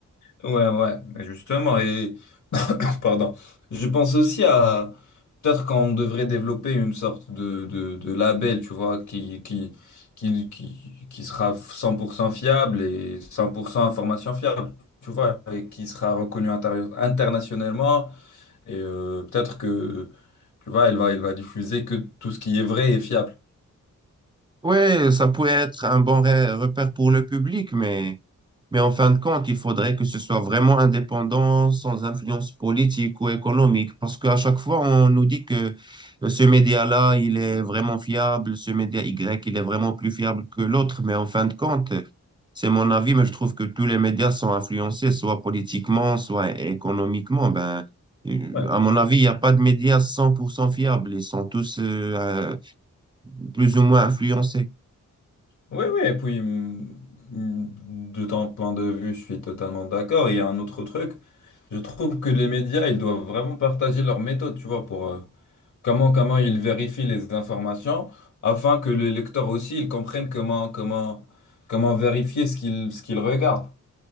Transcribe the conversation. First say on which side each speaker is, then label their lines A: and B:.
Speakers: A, on the left; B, on the right.
A: ouais, ouais, justement. Et, Pardon. Je pense aussi à peut-être qu'on devrait développer une sorte de, de, de label, tu vois, qui, qui, qui, qui, qui sera 100% fiable et 100% information fiable, tu vois, et qui sera reconnu intérieu- internationalement. Et euh, peut-être que, tu vois, elle va, elle va diffuser que tout ce qui est vrai et fiable.
B: Ouais, ça pourrait être un bon re- repère pour le public, mais, mais en fin de compte, il faudrait que ce soit vraiment indépendant, sans influence politique ou économique, parce qu'à chaque fois, on nous dit que euh, ce média-là, il est vraiment fiable, ce média Y, il est vraiment plus fiable que l'autre, mais en fin de compte, c'est mon avis, mais je trouve que tous les médias sont influencés, soit politiquement, soit économiquement. Ben, euh,
A: Ouais.
B: à mon avis, il n'y a pas de médias 100% fiables, ils sont tous euh, euh, plus ou moins influencés.
A: Oui, oui, et puis hum, hum, de ton point de vue, je suis totalement d'accord. Il y a un autre truc. Je trouve que les médias, ils doivent vraiment partager leur méthode, tu vois, pour euh, comment, comment ils vérifient les informations, afin que les lecteurs aussi, ils comprennent comment, comment, comment vérifier ce qu'ils, ce qu'ils regardent.